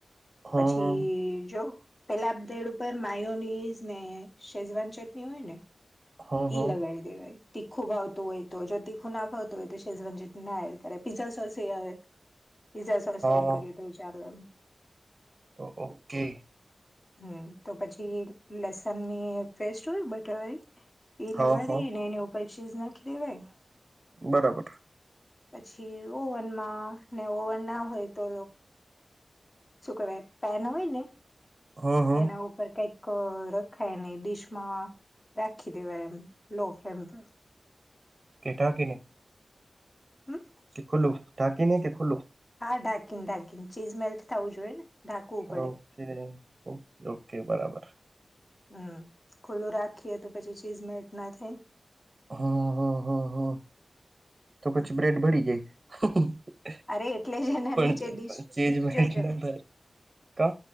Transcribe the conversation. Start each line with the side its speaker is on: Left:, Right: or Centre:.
Right: હા
Left: પછી જો પેલા બ્રેડ ઉપર માયોયોનીઝ ને શેઝવાન ચટણી હોય ને
Right: હા હા
Left: ઈ લગાવી દ. તીખું ભાવતું હોય તો જો તીખું ના ભાવતું હોય તો શેજવન જેટ ના એડ કરે પીઝા સોસ એ આવે. પીઝા સોસ એડ
Right: હા
Left: કરી દઉ ચાલ એ.
Right: ઓકે.
Left: હમ તો પછી લસન ની પેસ્ટ હોય બટર હોય. એ
Right: હા
Left: લગાડી
Right: હા
Left: ને એની ઉપર ચીઝ નાખ લેવાય
Right: બરાબર.
Left: પછી ઓવનમાં ને ઓવન ના હોય તો શું કહેવાય પેન હોય ને
Right: હા હા
Left: એના પર કઈક રખાયને ડીશમાં રાખી દેવાય એમ લો ફ્લેમ પર
Right: કેટા કેને.
Left: હું
Right: કે ખુલ્લું ઢાકી નને કે ખુલ્લું.
Left: હા ઢાકીન ઢાંકીન ચીઝ મેલ્ટ થું જોઈએ ને. ઢાંકવું પડે
Right: ઓકે ઓકે ઓકે બરાબર.
Left: હમ ખુલ્લું રાખીએ તો પછી ચીઝ મલટ ના થઈ ને
Right: હા હા હા હા તો પછી
Left: હમ.
Right: બ્રેડ ભળ જાય.
Left: અરે એટલે જ એના
Right: પણ
Left: નીચે ડીશ
Right: ચેજ બ્રેડ
Left: જોજો.
Right: ના ભરે કા